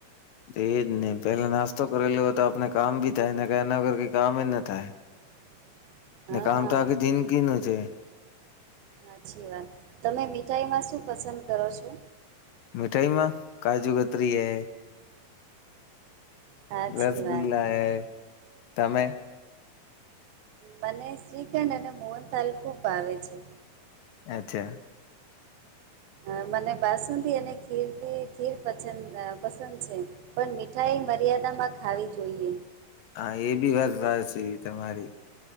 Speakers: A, on the left; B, on the right.
A: એજ ને પેલા નાસ્તો કરેલો હોય તો આપને કામ ભી થાયને એના કરર કામ જ ના થાય
B: <inaudible>
A: ને
B: હા
A: કામ તો આખી જિંદગીનું છે
B: હાચી વાત તમે મીઠાઈમાં શું પસંદ કરો છો
A: મીઠાઈ માં કાજુ કતરી હ
B: સાચી
A: રસગુલ્લા
B: વાત ઉમ,
A: એ તમે
B: મને શ્રીખંડ અને મોહનતાાલ ખુબ ભાવે છે
A: અચ્છા
B: અ મને બાસુંદી અને ખીરની ખીર પંચ પસંદ છે પણ મીઠાઈ મર્યાદામાં ખાવી જોઈએ
A: હા એ બી વાત હાચી તમારી